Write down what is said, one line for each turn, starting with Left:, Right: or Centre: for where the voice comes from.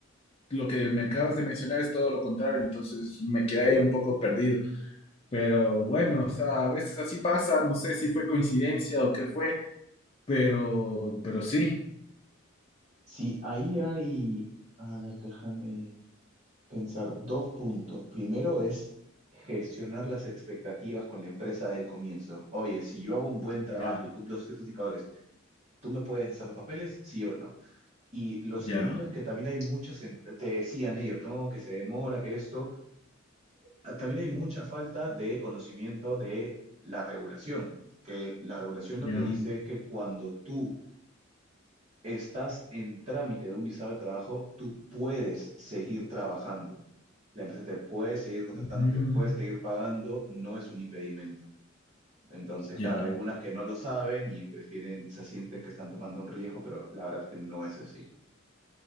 Left: lo que me acabas de mencionar es todo lo contrario, entonces me quedé ahí un poco perdido, pero bueno, o sea, a veces así pasa, no sé si fue coincidencia o qué fue, pero, pero sí,
Right: Sí, ahí hay, a ver, déjame pensar, dos puntos. Primero es gestionar las expectativas con la empresa desde el comienzo. Oye, si yo hago un buen trabajo
Left: ya,
Right: y cumplo ciertos indicadores, ¿tú me puedes hacer los papeles? Sí o no. Y lo segundo
Left: ya,
Right: es que también hay muchas, em- te decían ellos, ¿no? Que se demora, que esto. Ah, También hay mucha falta de conocimiento de la regulación, que la regulación
Left: ya,
Right: lo que dice es que cuando tú estás en trámite de un visado de trabajo, tú puedes seguir trabajando. La empresa te puede seguir contratando,
Left: ujú,
Right: te puede seguir pagando, no es un impedimento. Entonces,
Left: ya.
Right: claro, hay algunas que no lo saben y prefieren, se sienten que están tomando un riesgo, pero la verdad que no es así.